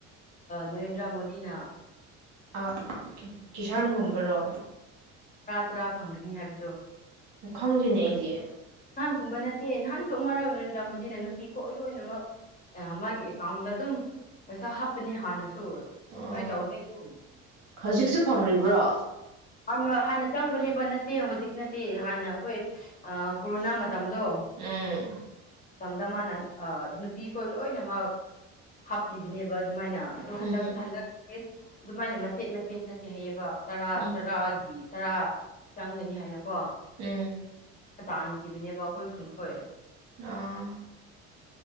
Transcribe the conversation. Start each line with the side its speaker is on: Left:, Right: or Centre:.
Left: ꯅꯔꯦꯟꯗ꯭ꯔ ꯃꯣꯗꯤꯅ
Right: ꯑ ꯀꯤꯁꯥꯟꯒꯨꯝꯕꯔꯣ
Left: ꯇꯔꯥ ꯇꯔꯥ ꯐꯪꯒꯅꯤ ꯍꯥꯏꯕꯗꯣ
Right: ꯈꯪꯗꯦꯅꯦꯗꯤ
Left: ꯅꯍꯥꯟꯒꯨꯝꯕ ꯅꯠꯇꯦ ꯅꯍꯥꯟꯁꯨ ꯑꯃꯛ ꯅꯔꯦꯟꯗ꯭ꯔ ꯃꯣꯗꯤꯅ ꯅꯨꯄꯤꯈ ꯂꯣꯏꯅꯃꯛ ꯃꯥꯒꯤ ꯑꯦꯀꯥꯎꯟꯗ ꯑꯗꯨꯝ ꯄꯩꯁꯥ ꯍꯥꯞꯄꯅꯦ ꯍꯥꯟꯅꯁꯨ
Right: ꯑꯣ
Left: ꯅꯣꯏ ꯇꯧꯗꯦ ꯑꯗꯨ
Right: ꯍꯧꯖꯤꯛꯁꯨ ꯐꯪꯔꯤꯕ꯭ꯔꯣ
Left: ꯍꯥꯟꯅ ꯍꯥꯟꯅ ꯆꯪꯕꯅꯦꯕ ꯅꯠꯇꯦ ꯍꯧꯖꯤꯛ ꯅꯠꯇꯦ ꯍꯥꯟꯅ ꯑꯩꯈꯣꯏ ꯀꯣꯔꯣꯅꯥ ꯇꯝꯗꯣ
Right: ꯎꯝ
Left: ꯃꯇꯝꯗ ꯃꯥꯅ ꯅꯨꯄꯤꯈꯣꯏ ꯂꯣꯏꯅꯃꯛ ꯍꯥꯞꯄꯤꯕꯅꯦꯕ ꯑꯗꯨꯃꯥꯏꯅ ꯑꯗꯣ
Right: ꯎꯝ
Left: ꯍꯟꯗꯛ ꯍꯟꯗꯛ ꯑꯗꯨꯃꯥꯏꯅ ꯃꯆꯦꯠ ꯃꯆꯦꯠ ꯅꯠꯇꯦ ꯍꯥꯏꯩꯌꯦꯕ ꯇꯔꯥ
Right: ꯎꯝ
Left: ꯇꯔꯥꯒꯤ ꯇꯔꯥ ꯆꯪꯒꯅꯤ ꯍꯥꯏꯅꯀꯣ
Right: ꯎꯝ
Left: ꯇꯥꯟꯈꯤꯕꯅꯦꯕ ꯑꯩꯈꯣꯏ ꯈꯨꯟꯈꯣꯏ
Right: ꯑꯥ